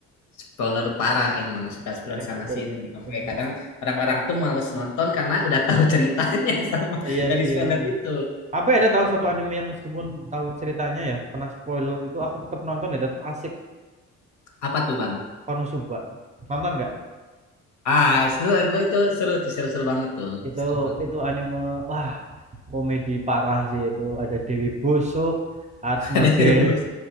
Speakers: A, on the left; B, on the right.
A: spoiler parah emang suka spoiler
B: Ya
A: sana
B: betul,
A: sini
B: betul,
A: sampai
B: betul.
A: kadang orang-orang tuh males nonton karena udah tahu ceritanya <laughs> sama
B: Iya
A: dari
B: sih
A: spoiler
B: benar.
A: itu
B: Apa ada tahu satu anime yang meskipun tahu ceritanya ya, pernah spoiler itu aku tetap nonton ya, tetap asik.
A: apa tuh bang
B: Konosuba. Nonton nggak?
A: ah itu itu, itu seru tuh seru-seru banget tuh
B: Itu
A: seru banget
B: itu anime wah, komedi parah sih itu. Ada Dewi Busuk, Arsmage,
A: <laughs>